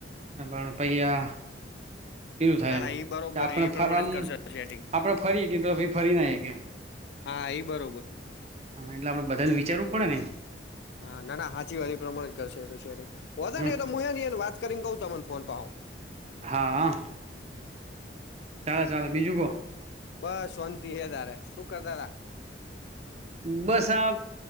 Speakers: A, on the right; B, on the left.
A: ના પાડું પૈહા પેલું થાય
B: ના ના
A: એમ
B: ઈ બરોબર
A: કે આપણે
B: એ પ્રમાણે
A: ફરવામ
B: જ કરશે સેટિંગ
A: આપણે ફરીએ કે ભઈ ફરી ને આઈ એ કે
B: હા એ બર
A: હા, એટલે આપડે બધાને વિચારવું પડે ને એમ.
B: હા ના ના હાચી વા પ્રમાણે જ કરશે શેર વધો
A: હમ
B: ને એ તો મુ એ વાત મ્યારે કરીરી ગો ત તમામ ફ પ હાવ.
A: હા ચાલો ચાલો બીજું કોણ.
B: બસ શોંતિ હે તારે શું કરતા.
A: બસ આ